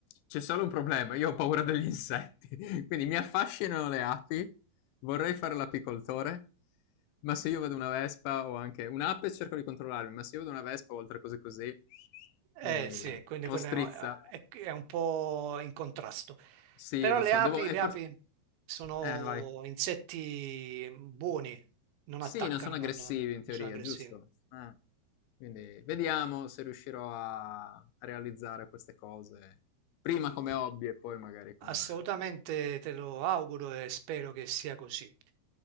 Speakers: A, on the left; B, on the right.
A: C'è solo un problema, io ho paura degli insetti, quindi mi affascinano le api, vorrei fare l'apicoltore, ma se io vedo una vespa o anche un'ape cerco di controllarmi, ma se io vedo una vespa o altre cose così,
B: eh
A: mi...
B: sì, quindi quello
A: o strizza.
B: è, è è un po' in contrasto.
A: Sì,
B: Però
A: lo
B: le
A: so,
B: api,
A: devo... e
B: le
A: forse-
B: api sono
A: Eh, vai.
B: insetti buoni, non
A: Sì,
B: attaccano,
A: non sono
B: non
A: aggressivi
B: non
A: in teoria,
B: sono aggressivi.
A: giusto? Eh. Quindi vediamo se riuscirò a, a realizzare queste cose, prima come hobby e poi magari come...
B: Assolutamente te lo auguro e spero che sia così.